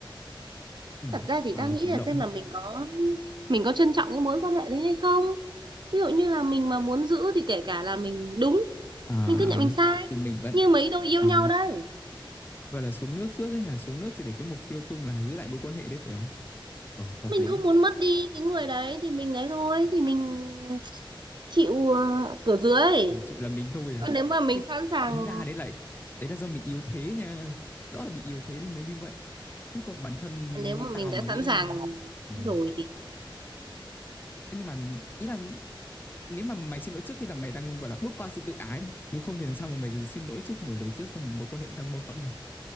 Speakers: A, on the left; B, on the right.
A: ừ,
B: Thật ra thì
A: gọi
B: ta
A: là
B: nghĩ
A: chủ
B: là
A: động
B: xem
A: đi
B: là mình có mình có trân trọng cái mối quan hệ đấy hay không. Ví dụ như là mình mà muốn giữ thì kể cả là mình đúng,
A: Ờ,
B: mình cứ nhận mình sai.
A: thì mình vẫn
B: Như mấy đôi yêu
A: à,
B: nhau đây.
A: gọi là xuống nước trước ấy hả? Xuống nước thì để cái mục tiêu chung là giữ lại mối quan hệ đấy phải không? Ồ, hợp
B: mình
A: lý.
B: không muốn mất đi cái người đấy thì mình ấy thôi thì mình chịu ờ, cửa dưới
A: Ờ, chịu là mình thôi
B: còn
A: à.
B: nếu mà mình
A: Ê,
B: sẵn sàng
A: tính ra đấy là đấy là do mình yếu thế nha. Rõ là bị yếu thế nên mới như vậy. Chứ còn bản thân
B: nếu
A: như
B: mà
A: tao
B: mình đã
A: mà nghĩ
B: sẵn sàng
A: Ờ,
B: rồi thì
A: nhưng mà ý là nếu mà mày xin lỗi trước khi là mày đang gọi là bước qua sự tự ái đi. Nếu không thì làm sao mà mày xin lỗi trước mở lời trước trong một mối quan hệ đang mâu thuẫn được.